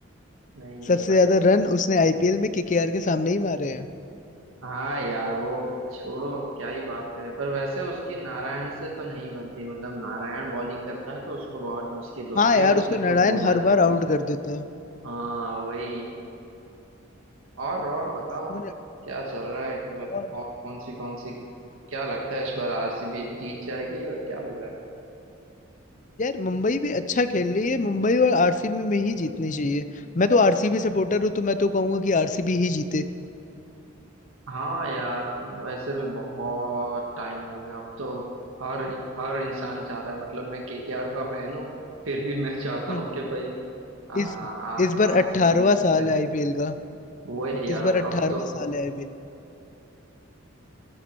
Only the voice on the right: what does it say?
नहीं नहीं
भाई
हाँ यार वो छोड़ो अब क्या ही बात करें पर वैसे उसकी नारायण से तो नहीं बनती मतलब नारायण बॉलिंग करता है तो उसको बहुत मुश्किल होती
है
उसने
खुद
बोला
है
हाँ वही और और बताओ
क्या चल रहा है मतलब
और कौन सी कौन सी क्या लगता है इस बार आरसीबी जीत जाएगी और क्या लग रहा है
हाँ यार वैसे भी बहुत टाइम हो गया अब तो हर हर इंसान चाह रहा है मतलब मैं केकेआर का फैन हूँ फिर भी मैं चाहता
हूँ कि भाई आ, आ,
आरसीबी
जीते
वही यार
अब तो
<laughs>